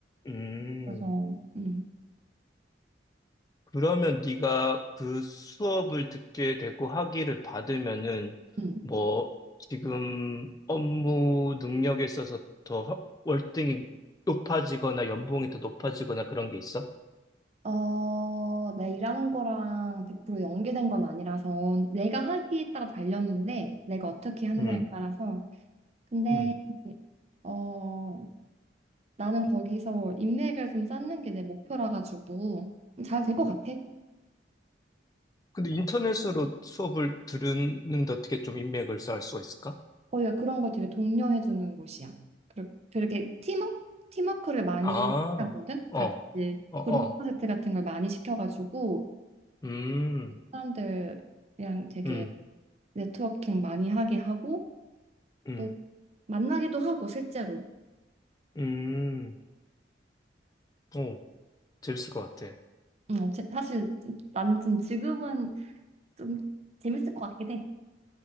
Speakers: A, on the left; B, on the right.
A: 음.
B: 그래서, 음,
A: 그러면 네가 그 수업을 듣게 되고 학위를 받으면은
B: 음.
A: 뭐 지금 업무 능력에 있어서 더 화- 월등히 높아지거나 연봉이 더 높아지거나 그런 게 있어?
B: 어, 내 일하는 거랑 100% 연계된 건 아니라서, 내가 하기에 따라 달렸는데, 내가 어떻게 하느냐에
A: 음,
B: 따라서, 근데
A: 음.
B: 어 나는 거기서 인맥을 좀 쌓는 게 내 목표라 가지고 잘 될 것 같아.
A: 근데 인터넷으로 수업을 들으는데 어떻게 좀 인맥을 쌓을 수가 있을까?
B: 거기가 그런 걸 되게 독려해 주는 곳이야. 그리고 되게 팀워크 팀워크를 많이
A: 아,
B: 하거든.
A: 어,
B: 같이
A: 어, 어.
B: 그룹 프로젝트 같은 걸 많이 시켜가지고
A: 음,
B: 사람들이랑 되게
A: 음,
B: 네트워킹 많이 하게 하고
A: 음,
B: 또 만나기도 하고 실제로.
A: 음. 오, 재밌을 것 같아.
B: 음, 제- 사실 나는 좀 지금은 좀 재밌을 것 같긴 해.